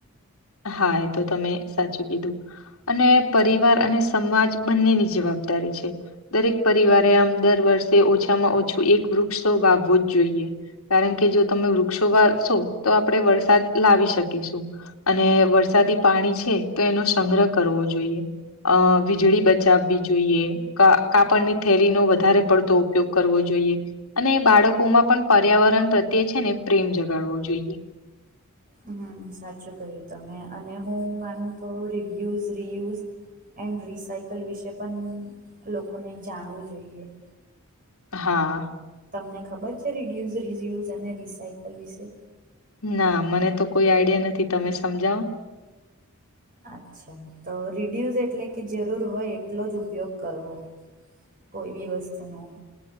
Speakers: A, on the left (about 75°); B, on the right (about 40°).
A: હા એ તો તમે સાચું કીધું અને પરિવાર અને સમાજ બંનેની જવાબદારી છે. દરેક પરિવારે આમ દર વર્ષે ઓછામાં ઓછું એક વૃક્ષ તો વાવવું જ જોઈએ. કારણ કે જો તમે વૃક્ષો વારશો તો આપણે વરસાદ લાવી શકીશું અને વરસાદી પાણી છે તો એનો સંગ્રહ કરવો જોઈએ. અ વીજળી બચાવવી જોઈએ. કાપડની થેલીનો વધારે પડતો ઉપયોગ કરવો જોઈએ અને બાળકો માં પણ પર્યાવરણ પ્રત્યે છે ને પ્રેમ જગાડવો જોઈએ
B: હુ સાચું કહ્યું તમે અને હું માનું તો રીડ્યુઝ રિયુઝ એન્ડ રિસાયકલ વિશે પણ લોકોને જાણવું જોઈએ
A: હા
B: તમને ખબર છે રિડ્યુઝ રિયુઝ અને રિસાયકલ વિશે
A: ના મને તો કોઈ આઈડિયા નથી તમે સમજાવો
B: અચ્છા તો રીડ્યુઝ એટલે કે જરૂર હોય એટલો જ ઉપયોગ કરવો કોઈ બી વસ્તુનું